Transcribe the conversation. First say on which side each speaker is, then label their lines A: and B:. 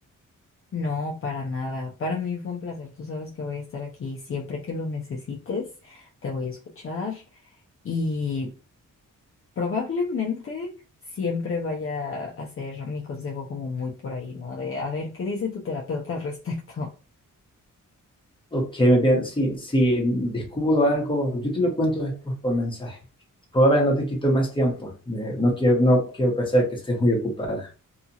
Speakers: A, on the left (about 40°); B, on the left (about 15°).
A: No, para nada. Para mí fue un placer. Tú sabes que voy a estar aquí siempre que lo necesites. Te voy a escuchar y probablemente siempre vaya a ser mi consejo como muy por ahí, ¿no? De a ver, ¿qué dice tu terapeuta al respecto? <laughs>
B: Ok, me bien. Sí, si descubro algo, yo te lo cuento después por mensaje. Por ahora no te quito más tiempo. eh, no quiero, no quiero pensar que estés muy ocupada.